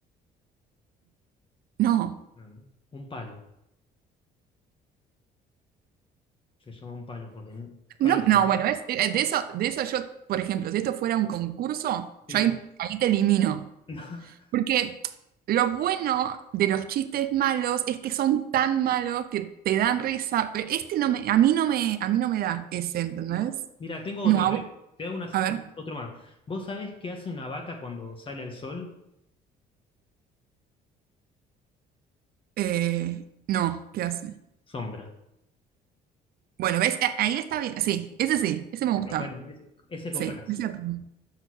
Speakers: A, on the right; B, on the left.
A: no.
B: No, no. Un palo. Se llama un palo, porque un
A: No,
B: palo se
A: no,
B: le tira.
A: bueno, es, eh, de eso, de eso yo, por ejemplo, si esto fuera un concurso, yo
B: Sí.
A: ahí, ahí te elimino.
B: <laughs>
A: Porque lo bueno de los chistes malos es que son tan malos que te dan risa, pero este no me, a mí no me, a mí no me da ese, ¿entendés?
B: ¿No? Mira, tengo
A: No,
B: otro,
A: a,
B: te,
A: vo-
B: te hago una-
A: a ver,
B: un- otro más. ¿Vos sabés qué hace una vaca cuando sale al sol?
A: eh, no, ¿qué hace?
B: Sombra.
A: Bueno, ¿ves? A- Ahí está bien, sí, ese sí, ese me
B: Ese
A: gusta,
B: está bueno, ese, ese
A: sí,
B: comprás.
A: ese apruebo.